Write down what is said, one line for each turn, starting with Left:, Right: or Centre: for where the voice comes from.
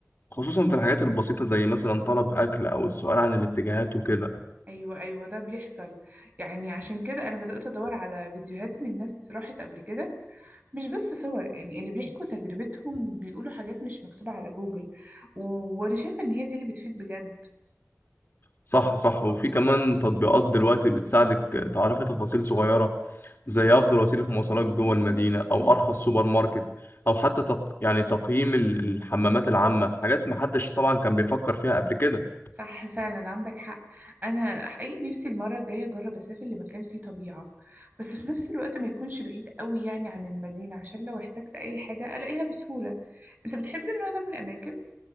Left: خصوصا في الحاجات البسيطة زي مثلا طلب اكل او السؤال عن الاتجاهات وكده
Right: ايوه ايوه ده بيحصل يعني عشان كده انا بدات ادور على فيديوهات من ناس راحت قبل كده مش بس صور يعني اللي بيحكوا تجربتهم بيقولوا حاجات مش مكتوبه على جوجل و- وانا شايفه ان هي دي اللي بتفيد بجد
Left: صح صح وفي كمان تطبيقات دلوقتي بتساعدك تعرفي تفاصيل صغيرة زي أفضل وسيلة مواصلات جوه المدينة أو أرخص سوبر ماركت أو حتى تق... يعني تقييم ال- الحمامات العامة حاجات محدش طبعا كان بيفكر فيها قبل كده
Right: صح فعلا عندك حق انا حقيقي نفسي المره الجايه اجرب اسافر لمكان فيه طبيعه بس في نفس الوقت ما يكونش بعيد قوي يعني عن المدينه عشان لو احتجت اي حاجه الاقيها بسهوله انت بتحب النوع ده من الاماكن